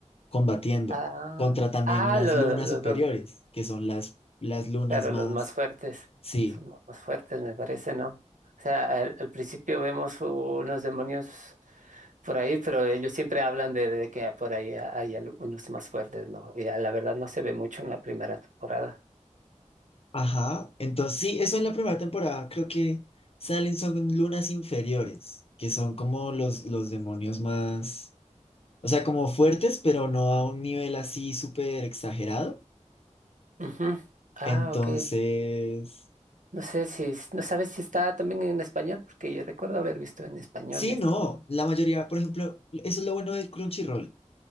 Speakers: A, on the left; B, on the right.
A: combatiendo
B: ah,
A: contra también
B: ah,
A: las
B: los,
A: lunas superiores, que son las, las lunas
B: Claro,
A: más...
B: los más fuertes
A: Sí,
B: son los más fuertes, me parece, ¿no? O sea, al, al principio vemos unos demonios por ahí, pero ellos siempre hablan de, de que por ahí hay unos más fuertes, ¿no? Y a la verdad no se ve mucho en la primera temporada.
A: ajá. Entonces, sí, eso en la primera temporada. Creo que salen son lunas inferiores, que son como los, los demonios más... O sea, como fuertes, pero no a un nivel así súper exagerado
B: Ujú. Ah,
A: Entonces,
B: ok. No sé si, es- no sabes si está también en español, porque yo recuerdo haber visto en español
A: sí,
B: esto,
A: no,
B: ¿no?
A: la mayoría, por ejemplo, eso es lo bueno del Crunchyroll,